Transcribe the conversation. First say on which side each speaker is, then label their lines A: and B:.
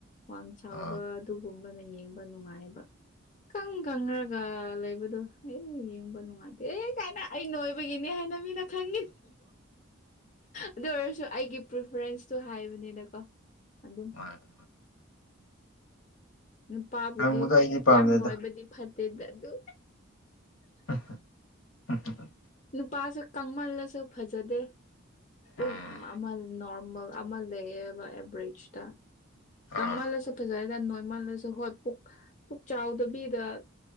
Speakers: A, on the left (about 35°); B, on the left (about 65°).
A: ꯋꯥꯡ ꯆꯥꯎꯕ
B: ꯑꯥ
A: ꯑꯗꯨꯒꯨꯝꯕꯅ ꯌꯦꯡꯕ ꯅꯨꯡꯉꯥꯏꯕ ꯀꯪ ꯈꯪ꯭ꯔꯒ ꯂꯩꯕꯗꯣ ꯍ ꯌꯦꯡꯕ ꯅꯨꯡꯉꯥꯏꯇꯦ ꯑꯦ ꯀꯥꯏꯅ ꯑꯩ ꯅꯣꯏꯕꯒꯤꯅꯤ ꯍꯥꯏꯅ ꯃꯤꯅ ꯈꯪꯉ ꯑꯗꯨ ꯑꯣꯏꯔꯁꯨ ꯑꯩꯒꯤ ꯄ꯭ꯔꯤꯐꯔꯦꯟꯁꯇꯣ ꯍꯥꯏꯕꯅꯤꯗꯀꯣ ꯑꯗꯨꯝ
B: ꯃꯥꯅꯤ
A: ꯅꯨꯄꯥꯕꯨꯗꯤ
B: ꯀꯪꯕꯗꯣ ꯑꯩꯗꯤ
A: ꯌꯥꯝ
B: ꯄꯥꯝꯗꯦꯗ
A: ꯅꯨꯡꯉꯥꯏꯕꯗꯤ ꯐꯠꯇꯦꯗ ꯑꯗꯨ
B: ꯑ ꯑ
A: ꯅꯨꯄꯥꯁꯨ ꯀꯪꯃꯜꯂꯁꯨ ꯐꯖꯗꯦ ꯑꯗꯨꯝ
B: ꯎꯝ
A: ꯅꯃꯦ ꯑꯃ ꯂꯩꯕ ꯑꯦꯕꯔꯦꯖꯇ ꯀꯃꯜꯁꯨ
B: ꯑꯥ
A: ꯐꯖ ꯃꯜꯂꯁꯨ ꯍꯣꯏ ꯄꯨꯛ ꯄꯨꯛ ꯆꯥꯎꯗꯕꯤꯗ